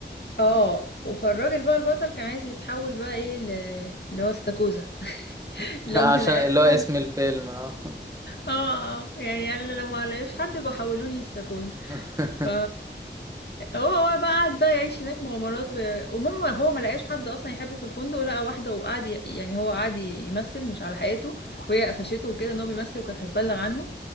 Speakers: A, on the left; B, on the right.
A: اه فالراجل بقى البطل كان عايز يتحول بقى ايه ل... اللي هو استاكوزا <laughs>
B: <laughs>
A: لو
B: عشان
A: ما لقاش
B: اللي هو اسم
A: حد
B: الفيلم اه
A: اه آه، يعني قال لو ما لقاش حد بحولوني استاكوزا
B: <laughs>
A: ف- هو هو بقى قعد بقى يعيش هناك مغامرات و... ومهم هو ما لقاش حد اصلا يحبه في الفندق لقى واحده وقعد ي... يعني هو قعد ي- يمثل مش على حقيقته وهي قفشته وكده ان هو بيمثل وكانت هتبلغ عنه